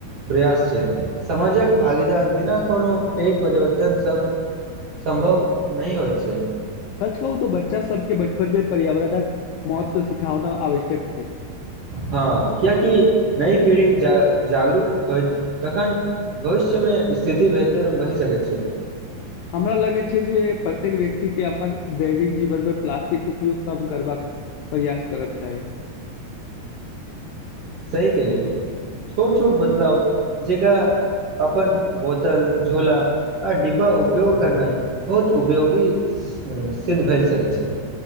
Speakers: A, on the right; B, on the left.
A: प्रयास छै समाजक भागीदार बिना कोनो पैघ परिवर्तन सभ सम्भव नहिह होइत छै।
B: सच कहूो बच्चा सबके बच्चा मे पर्यावरणक महत्व सिख आवश्यकता
A: हँ क्यकि नहि पीढ़ी जा जागरूक होत तखन भविष्यमे स्थिति बेहतर बहि सकैत छै।
B: हमरा लगै छै जे प्रत्येक व्यक्तिके अपन दैविक जीवनमे प्लास्टिक उपयोग कम करबाक प्रयास करब चाही।
A: सही केलियौ छोट छोट बदलाव जेकरा अपन बोतल झोला आ डिब्बा उपयोग करनाइ बहुत उपयोगी सिद्ध भ सकैत छै।